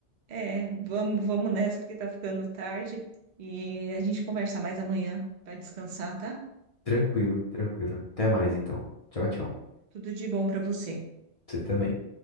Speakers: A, on the right; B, on the left.
A: é, vamos, vamos nessa porque tá ficando tarde e a gente conversa mais amanhã para descansar, tá?
B: Tranquilo, tranquilo. Até mais, então. Tchau, tchau.
A: Tudo de bom para você.
B: Você também.